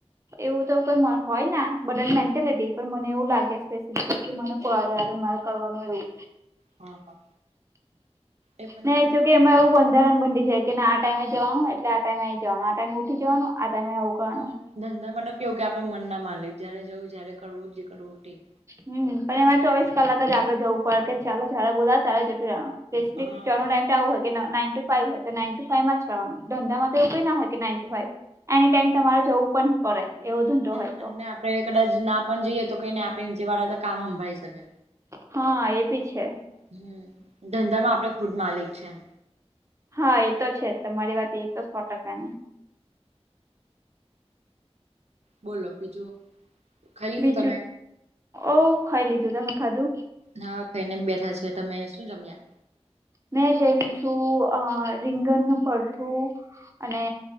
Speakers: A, on the right; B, on the right.
A: એવું તો કોઈ મ હોય ના બધાની મેન્ટેલિટી પણ મને એવું લાગે સ્પેસફિકલી કે મને પાલર મારે કરવાનું એવું.
B: હા હા એ પણ
A: ને
B: છે
A: જોકે એમાં એવું બંધારણ બંધાઈ જાય કેને આ ટાઈમે જવાનું એટલે આ ટાઈમે આઈ જવાનું આ ટાઈમેં ઉઠી જવાનું આ ટાઈમે કરવાનું
B: હમ્મ, ધંધા માં તો કેવું કે આપડે મન ના માલિક જયારે જવું જયારે કરવું જે કરવું ઠીક.
A: હમ્મ, પણ એમાં ચોવીસ કલાક જ આપડે જવું પડે કે ચાલો જયારે બોલાવે ત્યારે જતું રેવાનું. સ્પેસિફીક
B: હા.
A: ત્યાં નો ટાઈમ તો આવો હોય કે નાઇન ટુ ફાઈવ હોય. નાઈન ટુ ફાઈવમાં જ કરવાનું ધંધામાં તો એવું કઈ ના હોય કે nine to five any time તમારે જવું પણ પડે. એવો ધંધો
B: <unintelligible>
A: હોય
B: અને
A: તો
B: આપડે કદાચ ના પણ જઈએ તો કઈ નઈ આપણે નીચે વાળા તો કામ સંંભાળી શકે.
A: હા એબી છે.
B: હમ ધંધામાં આપણે ખુદ માલિક છે એમ.
A: હા એ તો છે તમારી વાત એ તો સો ટકાની
B: બોલો બીજું ખાઈ લીધું
A: બીજું
B: તમે
A: ઓ ખાઈ લીધું તમે ખાધું.
B: હા કઈ નહી એમ બેઠા છે તમે શું જમ્યા?
A: મેં જેમી છું અ રીંગણનું ભરતું અને